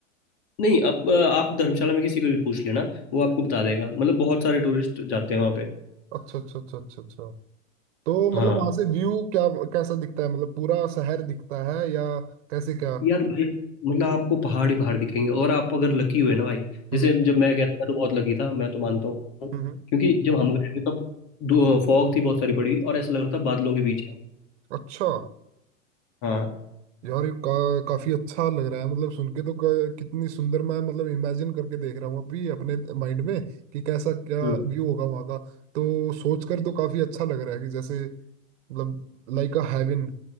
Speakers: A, on the left (about 50°); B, on the right (about 60°).
A: नहीं आप आप धर्मशाला में किसी को भी पूछ लेना वो आपको
B: हम्म।
A: बता देगा मतलब बहुत सारे टूरिस्ट जाते हैं वहाँ पे
B: अच्छा अच्छा अच्छा अच्छा अच्छा तो मतलब
A: हाँ
B: वहां से व्यू क्या कैसा दिखता है मतलब पूरा शहर दिखता है या कैसे क्या
A: यार भाई मतलब आपको पहाड़ ही पहाड़ दिखेंगे और आप अगर लकी हुए ना भाई जैसे
B: हम्म
A: जब मैं गया था मैं तो बहुत लकी था मैं तो मानता
B: हम्म
A: हूँ
B: हम्म
A: क्योंकि जब हम गए थे तब दो फॉग थी बहुत सारी पड़ी हुई और ऐसा लग
B: हम्म।
A: रहा था बादलों के बीच है हम।
B: अच्छा
A: हाँ
B: यार ये का, काफी अच्छा लग रहा है मतलब सुन के तो क- कितनी सुंदर मैं मतलब इमेजिन करके देख रहा हूँ अभी अपने माइंड में कि कैसा क्या
A: हम्म
B: व्यू होगा वहाँ का तो सोच कर तो काफी अच्छा लग रहा है कि जैसे मतलब लाइक अ हेवन